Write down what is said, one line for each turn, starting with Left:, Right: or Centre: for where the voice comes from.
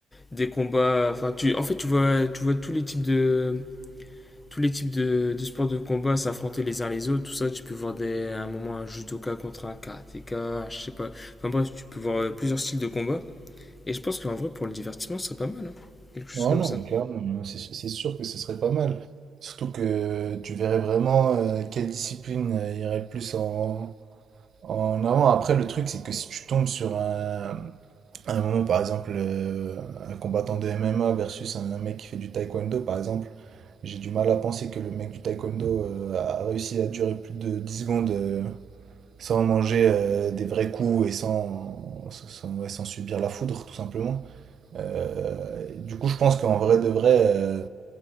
Left: des combats. Enfin, tu, en fait, tu vois, tu vois tous les types de tous les types de, de sports de combat s'affronter les uns les autres. Tout ça, tu peux voir des, à un moment un judoka contre un karatéka. Je sais pas. Enfin bref, tu peux voir euh, plusieurs styles de combat. Et je pense qu'en vrai, pour le divertissement, ce serait pas mal. hein. Quelque chose
Right: Non,
Left: comme
Right: non,
Left: ça.
Right: mais clairement, non, c'est c'est sûr que ce serait pas mal. Surtout que tu verrais vraiment euh, quelle discipline euh, irait le plus en, en avant. Après, le truc, c'est que si tu tombes sur un, un moment, par exemple, euh, un combattant de MMA versus un mec qui fait du taekwondo, par exemple, J'ai du mal à penser que le mec du taekwondo euh, a réussi à durer plus de 10 secondes euh, sans manger euh, des vrais coups et sans, sans, ouais, sans subir la foudre, tout simplement. Euh, du coup, je pense qu'en vrai de vrai. euh,